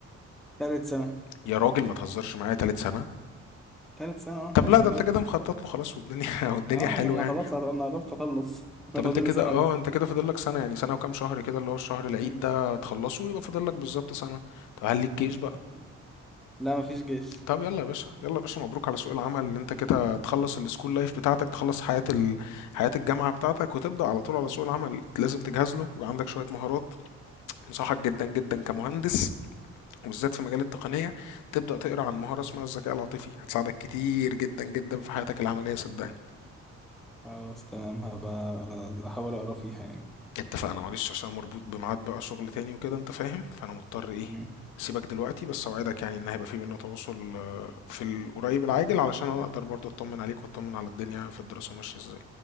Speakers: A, in the centre; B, on the left.
A: تالت سنة
B: يا راجل ما تهزرش معايا تالت سنه
A: تالت سنة اه
B: طب
A: أنا
B: لا
A: سنة
B: ده
A: تالتة
B: انت كده مخطط له خلاص والدنيا <laughs> والدنيا
A: اه
B: حلوه
A: انا أنا
B: يعني.
A: خلاص عر- انا عرفت اخلص <laughs>
B: طب
A: انا فاضل
B: انت كده
A: لي سنه
B: اه
A: بالظبط
B: انت كده فاضل لك سنة يعني سنة وكام شهر كده اللي هو الشهر العيد
A: مم.
B: ده تخلصه ويبقى فاضل لك بالظبط سنة طب هل ليك جيش
A: آه،
B: بقى
A: إن شاء الله. لا مفيش جيش
B: طب يلا يا باشا يلا يا باشا مبروك على سوق العمل اللي انت كده تخلص السكول لايف بتاعتك تخلص حياة ال... حياة الجامعة بتاعتك وتبدأ على طول على سوق
A: مم.
B: العمل لازم تجهز له يبقى عندك شوية مهارات انصحك جدا جدا كمهندس وبالذات في مجال التقنية تبدأ تقرأ عن مهارة اسمها الذكاء العاطفي هتساعدك كتير جدا جدا في حياتك
A: مم.
B: العملية صدقني
A: خلاص تمام هبقى آه، احاول اقرا فيها يعني
B: اتفقنا معلش عشان مربوط بميعاد بقى شغل تاني وكده انت فاهم فانا مضطر ايه
A: مم.
B: سيبك دلوقتي بس اوعدك يعني ان هيبقى في بينا تواصل آه، في القريب العاجل علشان انا اقدر برضه اطمن عليك واطمن على الدنيا في الدراسة ماشية ازاي